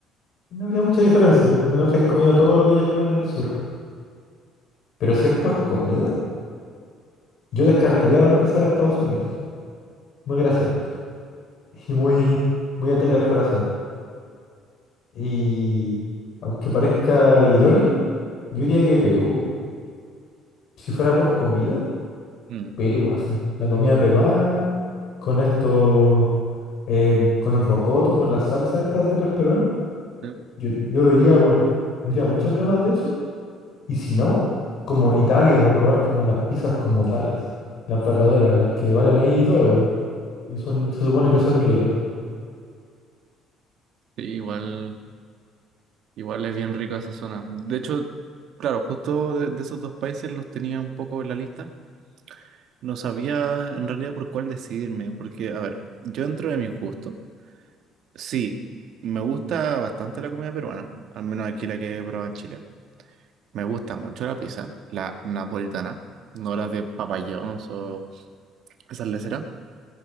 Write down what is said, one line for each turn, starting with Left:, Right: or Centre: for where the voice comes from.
Left: no habría mucha diferencia, pues, de menos que hayas comido todo lo que ya comen en el sur. Pero si es por comida, yo descartaría para empezar a Estados Unidos. Muy grasiento. Y muy, muy ataque al corazón. Y aunque parezca irónico, yo diría que Perú. Si fuera por comida,
Right: Mm,
Left: Perú, así. La comida peruana, con esto, eh, con el rocoto, con las salsas estas de los peruanos.
Right: sí,
Left: Yo, yo diría por, tendría muchas ganas de eso. Y si no, como Italia, para probar como las pizzas como talas. Las verdaderas, las que valen ahí 2 euros. Y son, se supone que son ricas.
Right: sí, igual, igual es bien rica esa zona. De hecho, claro, justo de, de esos dos países los tenía un poco en la lista. No sabía en realidad por cuál decidirme, porque, a ver, yo dentro de mis gustos sí, me gusta bastante la comida peruana, al menos aquí la que he probado en Chile. Me gusta mucho la pizza, la napolitana, no las de Papa John's o esas leceras.